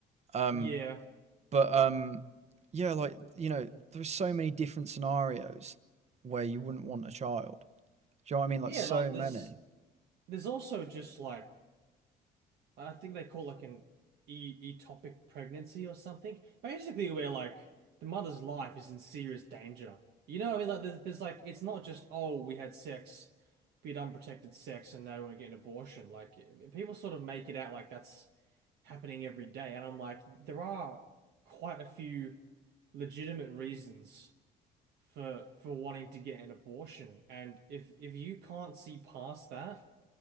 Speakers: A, on the right; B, on the right.
A: Um,
B: Yeah.
A: but um, yeah, like you know, there's so many different scenarios where you wouldn't want a child. Do you know what I mean? Like
B: Yeah,
A: so
B: like there's
A: many.
B: there's also just like I think they call it like an e ectopic pregnancy or something. Basically where like the mother's life is in serious danger. You know, what I mean? like there's, there's like it's not just oh we had sex, we had unprotected sex and now we're getting an abortion. Like people sort of make it out like that's happening every day. And I'm like, there are quite a few legitimate reasons for for wanting to get an abortion. And if if you can't see past that,